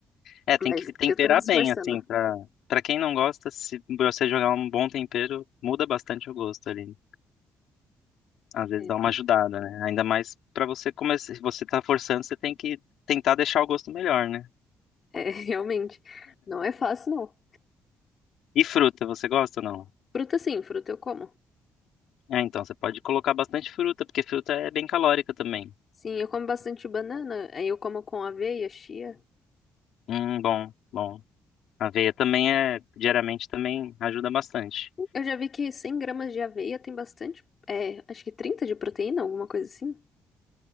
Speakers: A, on the left; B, on the left.
A: É, tem
B: Mas
A: que temperar
B: eu tô me esforçando.
A: bem, assim, pra, pra quem não gosta, se você jogar um bom tempero, muda bastante o gosto ali. Às vezes
B: É,
A: dá uma ajudada, né? Ainda mais pra você começar, se você tá forçando, você tem que tentar deixar o gosto melhor, né?
B: é, <laughs> realmente, não é fácil, não.
A: E fruta, você gosta ou não?
B: Fruta sim, fruta eu como.
A: É, então, você pode colocar bastante fruta, porque fruta é bem calórica também.
B: Sim, eu como bastante banana, aí eu como com aveia, chia.
A: Hum, bom, bom. Aveia também é, diariamente também ajuda bastante.
B: Eu já vi que 100 gramas de aveia tem bastante, é, acho que 30 de proteína, alguma coisa assim.